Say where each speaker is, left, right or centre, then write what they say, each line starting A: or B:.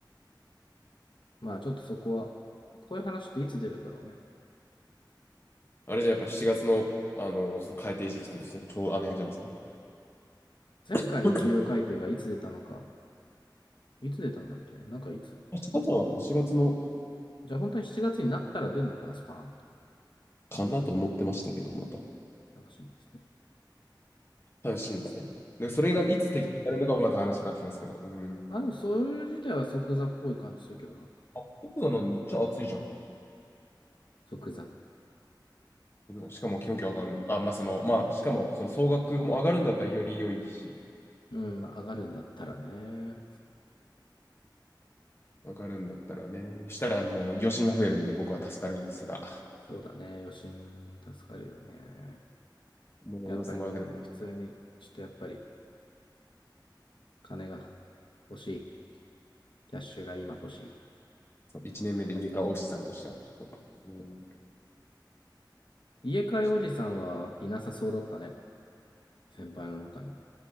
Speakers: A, on the left (about 80°); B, on the left (about 30°).
A: まあちょっとそこは、こういう話っていつ出るんだろうね。
B: あれじゃやっぱ7月の、あの、その改定時期とそのちょうどあの辺じゃないですか。
A: 前回の企業改定がいつ出たのか、
B: <laughs>
A: いつ出たんだっけなんかいつ
B: 7月はまた4月の
A: じゃあ本当に7月になったら出るのかな、スパーンと。
B: かなと思ってましたけど、また。
A: 楽しみですね。
B: 楽しみですね。で、それがいつ適用されるのかはまた話変わってきますけど。
A: ま
B: うん。
A: あ、あの、そういう自体は即座っぽい感じするけどな。
B: あ、そうなんだ。じゃあ暑いじゃん。
A: 即座。
B: しかも気温気上がる。あ、まあその、まあしかもその総額も上がるんだったらより良いし、
A: うん、まあ上がるんだったらね。
B: 上がるんだったらね。したら、あの、余震が増えるんで僕は助かるんですが、
A: そうだね、余震助かるよね。
B: もう4500円、
A: やっぱりもうね、普通に、ちょっとやっぱり金が欲しい。キャッシュが今欲しい。
B: 1年目で家買うおじさんとしてはちょっと、うん、ちょっ
A: 家買いおじさんはいなさそうだったね。
B: と
A: 先輩の中に。